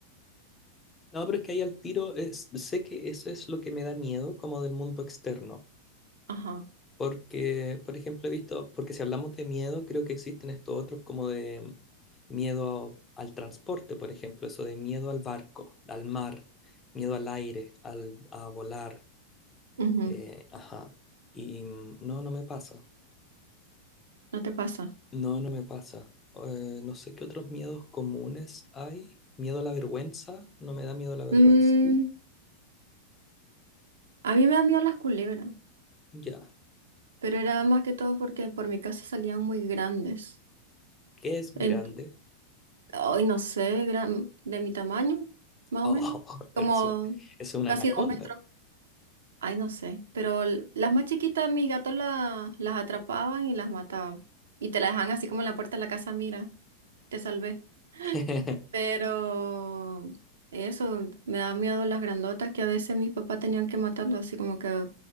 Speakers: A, on the left (about 20°); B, on the right (about 65°).
A: no, pero es que ahí al tiro, es- sé que eso es lo que me da miedo como del mundo externo,
B: Ajá.
A: porque, por ejemplo, he visto, porque si hablamos de miedo, creo que existen estos otros como de mm, miedo al transporte, por ejemplo, eso de miedo al barco, al mar, miedo al aire, al, a volar,
B: ujú,
A: eh, ajá, y mm, no, no me pasa.
B: No te pasa.
A: No, no me pasa. Eh, no sé qué otros miedos comunes hay. Miedo a la vergüenza. No me da miedo la vergüenza.
B: Mm, a mí me dan miedo las culebras,
A: Ya.
B: pero era más que todo porque por mi casa salían muy grandes.
A: ¿Qué es grande?
B: En- Ay, no sé, gran... de mi tamaño, más
A: Oh,
B: o menos.
A: <laughs> pero
B: Como
A: eso, eso es una
B: casi
A: anaconda.
B: dos metros. Ay, no sé, pero l- las más chiquitas mis gatos la- las atrapaban y las mataban. Y te la dejaban así como en la puerta de la casa, mira, te salvé.
A: <laughs>
B: Pero eso, me da miedo las grandotas que a veces mis papás tenían que matarlas así como que a-